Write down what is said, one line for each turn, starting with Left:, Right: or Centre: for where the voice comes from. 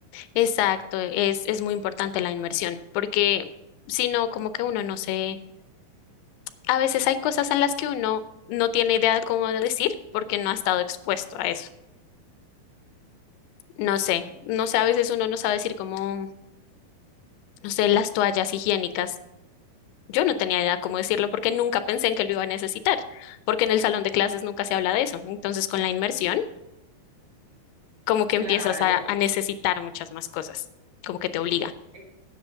Left: Exacto, es, es muy importante la inmersión, porque si no, como que uno no se a veces hay cosas en las que uno no tiene idea de cómo decir porque no ha estado expuesto a eso. No sé, no sé, a veces uno no sabe decir como, no sé, las toallas higiénicas. Yo no tenía idea cómo decirlo porque nunca pensé en que lo iba a necesitar, porque en el salón de clases nunca se habla de eso. Entonces, con la inmersión, como que
Right: Claro,
Left: empiezas a,
Right: ya,
Left: a necesitar muchas más cosas, como que te obliga.
Right: ex-